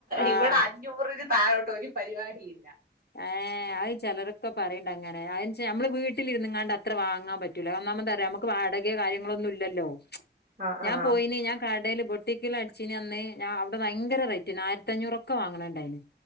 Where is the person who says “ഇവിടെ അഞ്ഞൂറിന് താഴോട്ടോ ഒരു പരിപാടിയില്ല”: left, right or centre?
Right